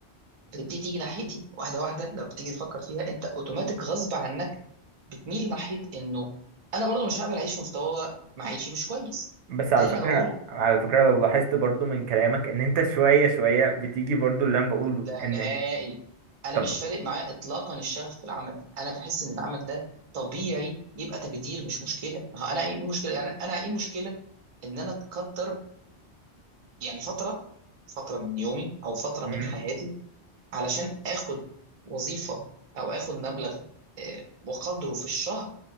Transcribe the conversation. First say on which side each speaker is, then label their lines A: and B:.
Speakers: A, on the right; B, on the right.
A: بتبتدي تيجي ناحيتي واحده واحده لما بتيجي تفكر فيها انت اوتوماتيك غصب عنك بتميل ناحيه انه انا برضو مش هقبل اعيش في مستوى معيشي مش كويس
B: بس
A: ده
B: على
A: اللي
B: فكرة
A: انا بقوله
B: على فكرة لو لاحظت برضو من كلامك إن أنت شوية شوية بتيجي برضو اللي أنا بقوله
A: لا
B: إن
A: نهائي انا
B: طب
A: مش فارق معايا اطلاقا الشغف في العمل انا بحس ان العمل ده طبيعي يبقى تقدير مش مشكله ما هو انا ايه المشكله يعني انا ايه المشكله ان انا اتقدر يعني فتره فتره من يومي او فتره
B: مم.
A: من حياتي علشان اخد وظيفة او اخد مبلغ آه، وقدره في الشهر